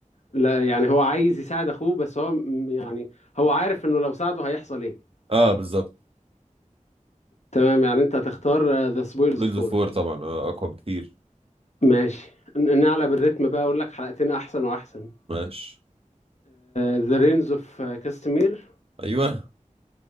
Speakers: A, on the left; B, on the right.
A: لا يعني هو عايز يساعد اخوه بس هو م- يعني هو عارف انه لو ساعده هيحصل ايه
B: اه بالظبط
A: تمام يعني انت هتختار ذا سبويلز
B: ويلز
A: فور
B: اوف وور طبعا آه، اقوى بكتير
A: ماشي ن- نعلى بالريتم بقى اقول لك حلقتين احسن واحسن
B: ماشي
A: ذا رينز اوف كاستمير
B: ايوه